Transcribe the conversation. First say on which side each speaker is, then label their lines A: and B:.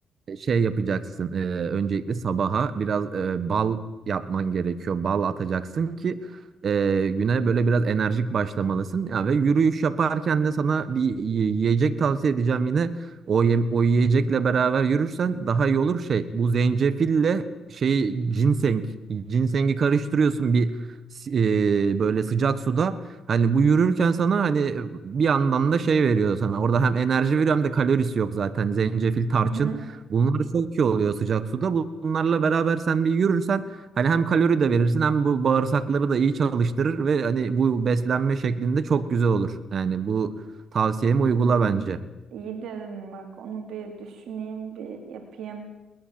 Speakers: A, on the right; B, on the right.
A: E, şey yapacaksın. e, öncelikle sabaha biraz e, bal yapman gerekiyor. Bal atacaksın ki e, güne böyle biraz enerjik başlamalısın. Ya ve yürüyüş yaparken de sana bir yi- yiyecek tavsiye edeceğim yine. O yem- o yiyecekle beraber yürürsen daha iyi olur şey. Bu zencefille şey ginseng, ginsengi karıştırıyorsun bir s- e, böyle sıcak suda. Hani bu yürürken sana hani bir yandan da şey veriyor sana. Orada hem enerji veriyor hem de kalorisi yok zaten. Zencefil, tarçın.
B: Hı hı.
A: Bunlar çok iyi oluyor sıcak suda. Bu- Bunlarla beraber sen bir yürürsen hani hem kalori de verirsin hem bu bağırsakları da iyi çalıştırır ve hani bu beslenme şeklinde çok güzel olur. Yani bu tavsiyemi uygula
B: Hı.
A: bence.
B: İyi dedin bak onu bir düşüneyim bir yapayım.